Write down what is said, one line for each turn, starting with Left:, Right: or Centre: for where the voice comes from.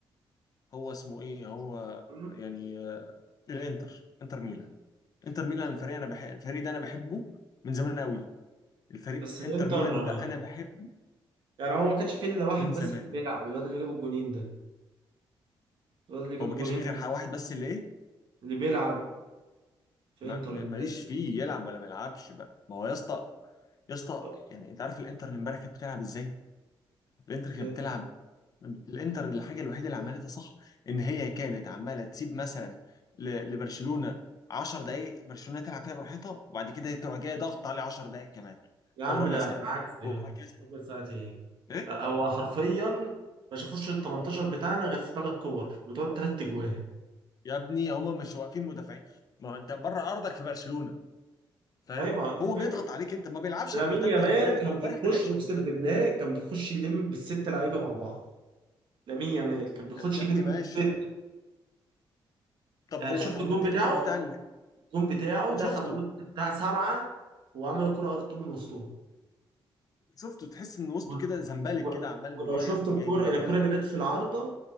Left: هو اسمه ايه هو
Right: تمام؟
Left: يعني آه، الانتر انتر ميلان انتر ميلان الفريق انا بحب الفريق ده انا بحبه من زمان قوي الفريق
Right: بس الانتر
Left: انتر ميلان ده
Right: آه،
Left: انا بحبه
Right: يعني هو ما كانش فيه الا واحد
Left: من زمان
Right: بس اللي بيلعب الواد اللي جاب الجونين ده الواد اللي جاب
Left: هو ما
Right: الجونين
Left: كانش فيه غير حاجة واحد بس اللي ايه
Right: اللي بيلعب في
Left: ما-
Right: انتر
Left: ما-
Right: امبارح
Left: ماليش فيه يلعب ولا ما يلعبش بقى ما هو يا اسطى يا اسطى
Right: طب
Left: يعني انت عارف الانتر امبارح كانت بتلعب ازاي؟ الانتر
Right: ازاي
Left: كانت بتلعب الانتر الحاجه الوحيده اللي عملتها صح ان هي كانت عماله تسيب مثلا ل- لبرشلونه 10 دقائق برشلونه تلعب فيها براحتها وبعد كده تروح جاي ضغط عليه 10 دقائق كمان
Right: يا عم
Left: او ربع
Right: لا
Left: ساعه
Right: بالعكس يا
Left: وهكذا
Right: عم ربع ساعة ايه
Left: ايه
Right: لا، هو حرفيا ما شافوش ال 18 بتاعنا غير في ثلاث كور بتوع ثلاث اجوان
Left: يا ابني هم مش واقفين مدافعين ما هو انت بره ارضك في برشلونه فاهم
Right: ايوه ما هو دي الفكرة
Left: هو بيضغط عليك انت ما بيلعبش
Right: لامين
Left: على المرتده
Right: يامال
Left: خلي بالك
Right: كان
Left: هو امبارح
Right: بيخش
Left: ما لعبش
Right: اقسم
Left: على المرتده
Right: بالله كان بيخش يلم بالست لعيبه مع بعض لامين يامال كان بيخش
Left: يا يا
Right: يلم
Left: ابني ماشي
Right: بالست
Left: طب
Right: يعني
Left: هو
Right: شفت
Left: هو
Right: الجون
Left: التكنيك
Right: بتاعه
Left: بتاع ال...
Right: الجون بتاعه دخل
Left: شفته
Right: وسط بتاع سبعه وعمل كرة ار اتنين من وسطهم
Left: شفته تحس ان وسطه
Right: وال-
Left: كده زمبلك
Right: وال-
Left: كده عمال
Right: ولو
Left: رايح
Right: شفت
Left: وجاي
Right: الكرة
Left: كده
Right: الكرة
Left: معاه
Right: اللي جت في العارضه